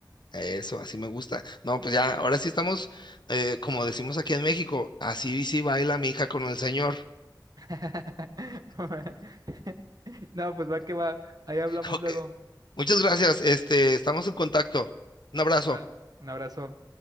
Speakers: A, on the left (about 80°); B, on the right (about 55°).
A: Eso, así me gusta. No, pues ya, ahora sí estamos, eh, como decimos aquí en México, así sí baila mi hija con el señor.
B: <laughs> No, pues va que va. Ahí hablamos
A: <laughs> Ok,
B: luego.
A: Muchas gracias. Este, estamos en contacto. Un abrazo.
B: Igual, un abrazo.